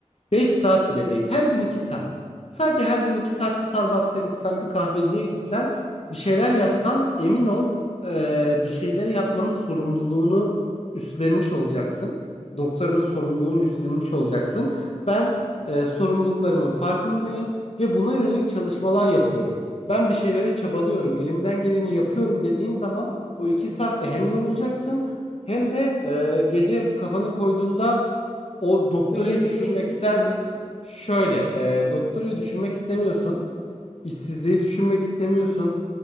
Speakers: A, on the left (about 55°); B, in the centre.
A: 5 saat bile değil. Her gün 2 saat. Sadece her gün 2 saat Starbucks'a gitsen, bir kahveciye gitsen, bir şeyler yazsan emin ol eee, bir şeyleri yapmanın sorumluluğunu üstlenmiş olacaksın. Doktoranın sorumluluğunu üstlenmiş olacaksın. Ben eee, sorumluluklarımın farkındayım ve buna yönelik çalışmalar yapıyorum. Ben bir şeylere çabalıyorum, elimden geleni yapıyorum dediğin zaman o 2 saatte hem yorulacaksın hem de eee, gece kafanı koyduğunda o doktorayı
B: Uyuyabilecek
A: düşünmekten
B: misin diyorsun.
A: şöyle e, doktorayı düşünmek istemiyorsun. işsizliği düşünmek istemiyorsun.